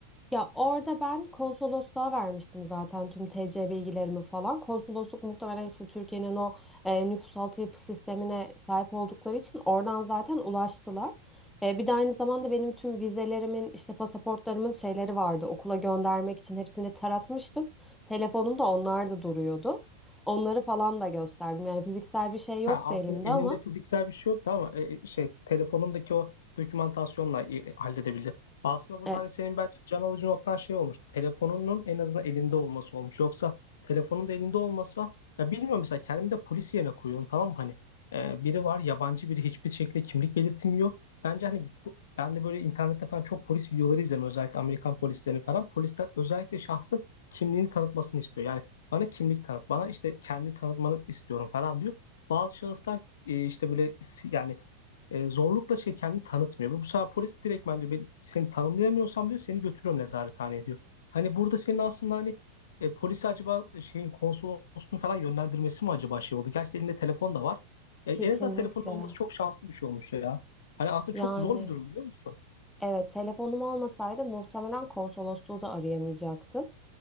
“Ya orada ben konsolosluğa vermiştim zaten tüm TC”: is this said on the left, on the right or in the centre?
Centre